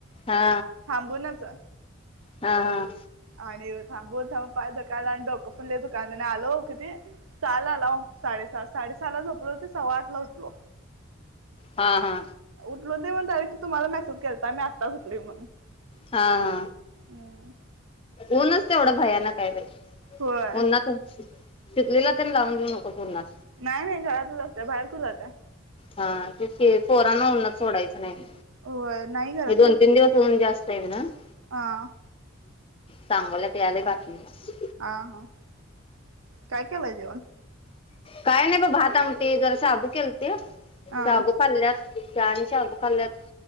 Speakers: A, on the left; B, on the right.
A: हा
B: थांबनच
A: हा हा.
B: आणि थांबून थांबून पाय दुखायला आणि डोक पण दुखायला आलो किती सहाला आलाव साडेसहा साडेसहा ला झोपलो ते सव्वा आठला उतलो.
A: हा हा.
B: टल दे मग डायरेक्ट तुम्हाला मेसेज केलता मी आता सुटलोय म्हणून.
A: हा हा
B: हम्म
A: ऊनच तेवढं भयानक हाय बाई.
B: होय
A: उन्हातचकी शितलीला त्येन लावून देऊ नकोस ऊन्हात.
B: नाही नाही घरातच असत्या बाहेर कुठ जात्या.
A: हा तेचकि पोरांना उन्हात सोडायचं नाही.
B: होय. नाही घरातच
A: हे दोन
B: असते
A: तीन दिवस ऊन जास्त होव ना <inaudible>
B: हा
A: सांगोल्यात यालय बातमीला.
B: आ हा काय केलय जेवण?
A: काय नाही बग भात आमटी जरा शाबू केलते.
B: हा
A: शाबू खाल्ल्यात. चहा आणि शाबू खाल्ल्यात.